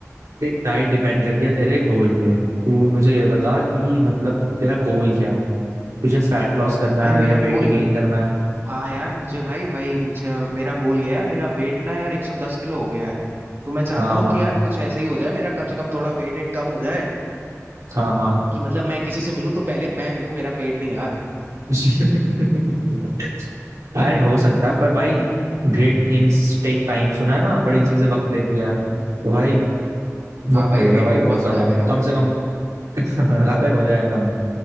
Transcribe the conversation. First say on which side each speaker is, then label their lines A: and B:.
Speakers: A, on the right; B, on the right.
A: देख डाइट डिपेंड करती है तेरे गोल पे तू मुझे ये बता कि मतलब तेरा गोल क्या है तुझे फैट लॉस करना
B: भाई
A: है
B: मेरा
A: या वेट
B: गोल
A: गेन
B: ये
A: करना है
B: हाँ यार मुझे भाई वही मुझे मेरा गोल ये है यार मेरा वेट ना यार 110 किलो हो गया है तो मैं चाहता
A: हाँ
B: हूँ
A: हाँ
B: कि यार कुछ ऐसा ही हो जाए मेरा कम से कम थोड़ा वेट वेट कम हो जाए
A: हाँ हाँ
B: कि मतलब मैं किसी से मिलूं तो पहले मैं मिलूं मेरा पेट नहीं यार
A: <laughs> अरे हो सकता है पर भाई ग्रेट थिंग्स टेक टाइम सुना है ना बड़ी चीजें वक्त लेती है तो भाई वक्त
B: हाँ भाई
A: लगेगा
B: पेट
A: भाई
B: भी
A: बहुत
B: बहुत
A: ज्यादा
B: बड़ा है मेरा
A: कम से कम <laughs> अबे हो जाएगा कम